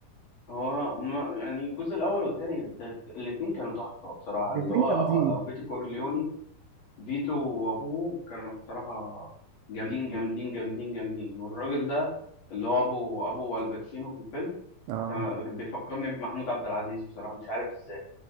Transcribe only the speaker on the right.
الاتنين
جامدين
اه